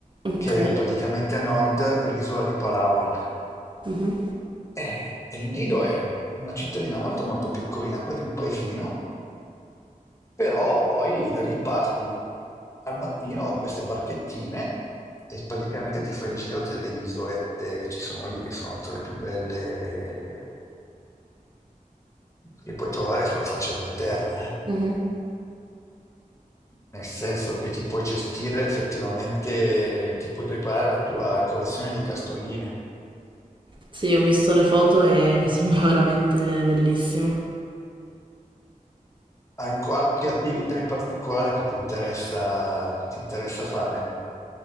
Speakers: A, on the right; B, on the left.
A: Ok.
B: che è praticamente a nord dell'isola di Palawan.
A: Mhm,
B: E El Nido è un- una cittadina molto molto piccolina, quasi un paesino, però poi da lì parti al mattino con queste barchettine e praticamente ti fai il giro delle isolette che ci sono lì, che sono tra le più belle che puoi trovare sulla faccia della terra, eh.
A: mhm.
B: nel senso che ti puoi gestire effettivamente, ti puoi preparare la tua collezione di cartoline.
A: Sì, ho visto le foto e mi sembra <laughs> veramente bellissimo.
B: Hai qualche attività in particolare che ti interessa, che ti interessa fare?